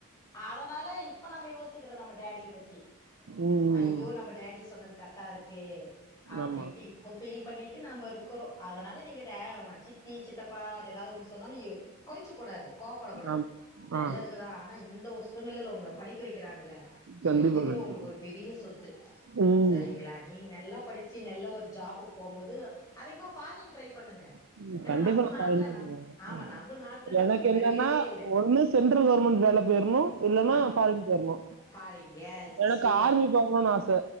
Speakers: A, on the left; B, on the right.
A: அதனால இப்ப நம்ம யோசிக்கிறோ நம்ம டேடிய பத்தி
B: ம், ம்
A: ஐயோ நம்ம டாடி சொன்னது கர்டாருக்கே அப்டின்ட்டு
B: ம். ஆமா
A: இப்ப ஃபீல் பண்ணிட்டு நாம்பருக்குறோ அதனால நீங்க டே சித்தி சித்தப்பா ஏதாது ஒண்ணு சொன்னலு எ கோய்ச்சிக் கூடாது கோப்படக் கூடாது
B: ஆமா
A: நெல்லதுக்குதா
B: ஆ
A: ஆனா இந்த ஓர் சூழ்நிலல உங்க படிக்க வெய்க் கிறாங்கள சோ
B: கண்டிப்பா
A: இதுவே
B: கண்டிப்பா
A: உங்களுக்கு ஒரு பெரிய சொத்து
B: ம்
A: சரிங்களா நீங்க நல்லா படிச்சி ந ல்ல ஒரு ஜாபுக்கு போம்போது அதிகமா ஃபாரின் ட்ரை பண்ணுங்க
B: ம்
A: ஏன்னா
B: கண்டிப்பா
A: நம்ம
B: நா
A: நாட்டுல
B: பரின் வேலைக்கு
A: நம்
B: போவேங்க
A: ஆமா நம்ம நாட்டுல நம்மளுக்கு
B: எனக்கு
A: மரியாதையே
B: என்னன்னா
A: இல்லை
B: ஒண்ணு சென்ட்ரல் கவுர்மெண்ட் வேல போயற்ணு இல்லன்னா
A: ஆமா
B: பாரின் போயற்ணு
A: ஃபாரின் எஸ்
B: எனக்கு
A: சூப்பர்
B: ஆர்மி போகணுன்னு ஆச